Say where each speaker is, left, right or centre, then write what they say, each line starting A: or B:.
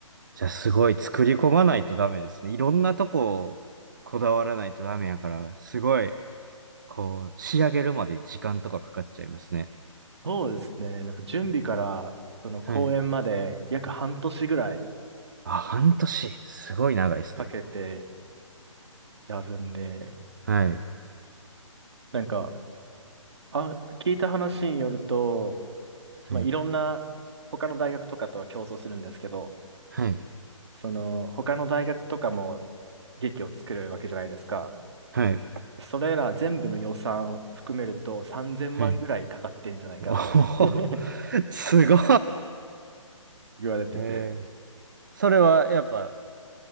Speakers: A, on the right (about 35°); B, on the right (about 55°).
A: じゃあすごい作り込まないとダメですね。いろんなとこをこだわらないとダメやから、すごい、こう、仕上げるまで時間とかかかっちゃいますね。
B: そうですね。なんか準備から、その公演まで約半年ぐらい
A: はい。あ、半年。すごい長いですね。
B: かけてやるんで、
A: はい。
B: なんか、あ、聞いた話によると、そのいろんな他の大学とかとは競争するんですけど、
A: はい。はい。
B: その、他の大学とかも劇を作るわけじゃないですか。
A: はい。
B: それら全部の予算を含めると3000万ぐらいかかってんじゃないかっていうふうに
A: はい。おほほすごい。
B: <laughs> 言われてて。
A: へえ。それはやっぱ、